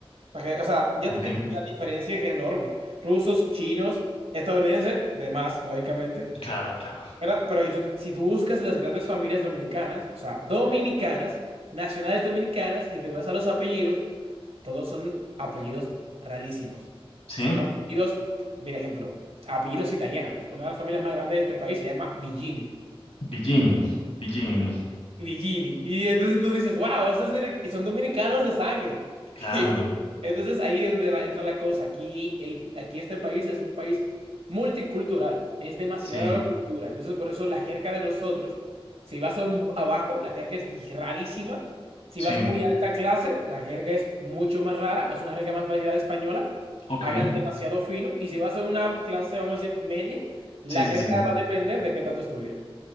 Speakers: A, on the right (about 90°); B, on the left (about 80°).
A: Pa' que- o sea, ya
B: ok,
A: tú te- la diferencia es enorme. Rusos, chinos, estadounidenses, demás, lógicamente.
B: claro, claro,
A: ¿verdad? Pero si, tú si tú buscas las grandes familias dominicanas, o sea, dominicanas, nacionales dominicanas, y te vas a los apellidos, todos son apellidos rarísimos.
B: sí.
A: Son apellidos, mira ejemplo, apellidos italianos. Una de las familias más grandes de este país se llama Villini.
B: Billini, Billini,
A: Villini. Y entonces tú dices, wow, esos dire- son dominicanos de sangre. <laughs>
B: claro,
A: Y Entonces ahí es donde la- entra la cosa. Aquí, el, aquí este país es un país multicultural. Es demasiada
B: sí,
A: la cultura. Entonces por eso la jerga de nosotros, si vas a un- abajo, la jerga es di- rarísima. Si
B: sí,
A: vas muy alta clase, la jerga es mucho más rara. Es una jerga más parecida a la española.
B: ok,
A: Hablan demasiado fino. Y si vas a una clase, vamos a decir, media, la
B: sí, sí,
A: jerga
B: sí.
A: va a depender de qué tanto estudias.